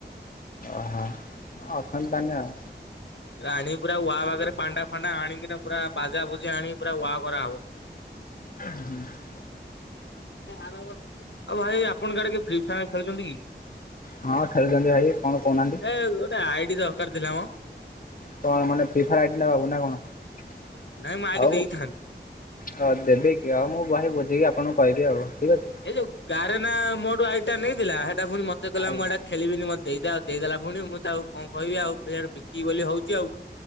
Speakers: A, on the left; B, on the left.
A: ଓହୋ ଅଛନ୍ତି ତାନେ ଆଉ।
B: ରାଣିକି ପୁରା ୱା ପାଖରେ ପାଣ୍ଡା ଫାଣ୍ଡା ଆଣିକିନା ପୁରା ବାଜା ଫୁଜି ଆଣିକି ପୁରା ୱା କରାହବ।
A: <inaudible>
B: ଆଉ ଭାଇ ଆପଣ ଆଡେ କିଏ ଫ୍ରି ଫାୟାର ଖେଳୁଛନ୍ତି କି?
A: ହଁ ଖେଳୁଛନ୍ତି ଭାଇ କଣ କହୁନାହାନ୍ତି?
B: ଏ ଗଟେ ଆଇଡି ଦରକାର ଥିଲା ମ।
A: କଣ ମାନେ ଫି ଫର ଆଇଡି ନବାବୁ ନା କଣ
B: ନାଇଁ ମୁଁ ଆଇଡି
A: ଆଉ।
B: ଦେଇଥାନ୍ତି।
A: ହଁ ଦେବି କି ଆଉ ମୁଁ ଭାଇ ବୁଝିକି ଆପଣଙ୍କୁ କହିବି ଆଉ ଠିକ୍ ଅଛି।
B: ଏଇ ଯୋଉ ଗାଡେନା ମୋଠୁ ଆଇଟା ନେଇଥିଲା ସେଇଟା ପୁଣି ମତେ କହଲା
A: ଆଜ୍ଞା
B: ମୁଁ ଏଇଟା ଖେଲିବିନି ମୋତେ ଦେଇଦେ ଦେଇଦେଲା ପୁଣି ମୁଁ ତ ଆଉ କଣ କହିବି ଆଉ ଫେଡେ ବିକି ବୋଲି ହଉଚି ଆଉ।